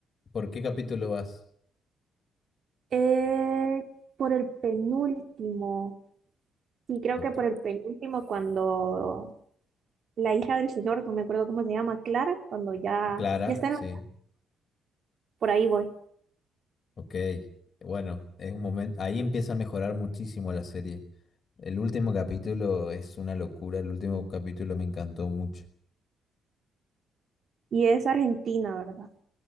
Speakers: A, on the left; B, on the right.
A: ¿por qué capítulo vas?
B: Eh, por el penúltimo, sí, creo
A: Ok,
B: que por el penúltimo, cuando la hija del señor, no me acuerdo cómo se llama, Clara, cuando ya,
A: Clara,
B: ya está
A: sí,
B: en la- por ahí voy.
A: ok. Bueno, es un momento, ahí empieza a mejorar muchísimo la serie. El último capítulo es una locura, el último capítulo me encantó mucho.
B: Y es Argentina, ¿verdad?